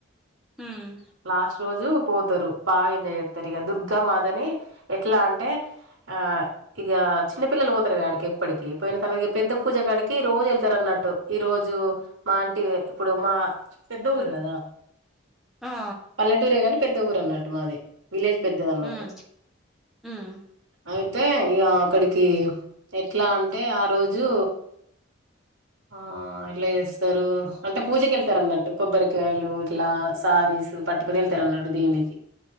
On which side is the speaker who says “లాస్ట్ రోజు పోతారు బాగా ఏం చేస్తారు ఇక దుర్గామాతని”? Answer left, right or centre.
Right